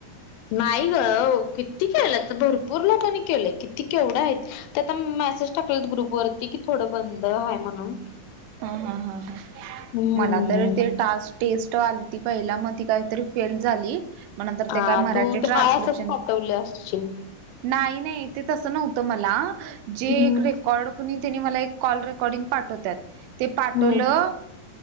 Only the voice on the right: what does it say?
ह ह ह ह
मला तर ते टास्क टेस्ट त पहिला मग त काहीतरी फेल झाली. म नंतर
ते काय मराठी
ट्रान्स्क्रिप्शन
नाही नाही ते तस नव्हत मला जे
रेकॉर्ड नी मला एक कॉल रेकॉर्डिंग पाठवतात ते पाठवलं